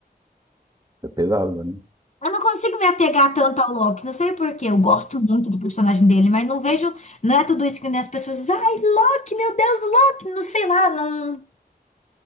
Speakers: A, on the right; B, on the left.
A: é pesado, né?
B: Eu não consigo me apegar tanto ao Loki. Não sei por quê. Eu gosto muito do personagem dele, mas não vejo. Não é tudo isso que nem as pessoas dizem. Ai, Loki, meu Deus, Loki. Não sei lá, não.